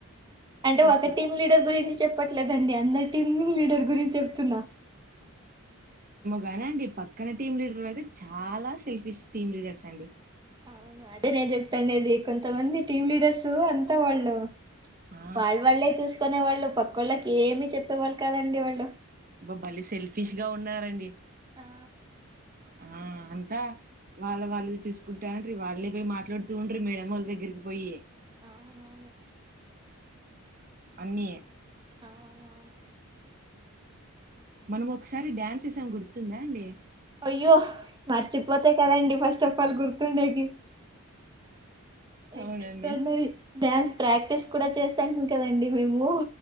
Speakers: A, on the right; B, on the right.
A: అంటే,
B: ఖర్చులు
A: ఒక టీమ్ లీడర్ గురించ్ చెప్పట్లేదండి, అందరి టీమ్ లీడర్ గురించి చెప్తున్నా.
B: గనీ అండి, పక్కన టీమ్ లీడర్ అయితే చాలా సెల్ఫిష్ టీమ్ లీడర్స్ అండి.
A: అవును అదే నేన్ చెప్తాండేది, కొంత మంది టీమ్ లీడర్సు అంతా వాళ్ళు.
B: ఆ
A: వాళ్ళు వాళ్ళే చూసుకునే వాళ్ళు పక్కో ళ్ళకి ఏమి చెప్పేవాళ్ళు, కాదండి వాళ్ళు.
B: అబ్బ బలె సెల్ఫిష్గా ఉన్నారండి.
A: ఆ
B: ఆ అంతా, వాళ్ళది వాళ్ళు చూసుకుంటాంట్రీ. వాల్లె పోయి మాట్లాడుతూ ఉంట్రి మేడం ఓళ్ దగ్గరికి పోయి.
A: అవునవును.
B: అన్నీ
A: అవునవును.
B: మనం ఒకసారి డాన్స్ ఎసామ్ గుర్తు తుందా అండి?
A: అయ్యో, మర్చిపోతే కదండి ఫస్ట్ ఆఫ్ ఆల్ గుర్తుండేకి?
B: అవునండి
A: ఎక్స్ట్రార్డినరీ డాన్ ప్రాక్టీస్ కూడ చేస్థాంటిమి కదండి మేము.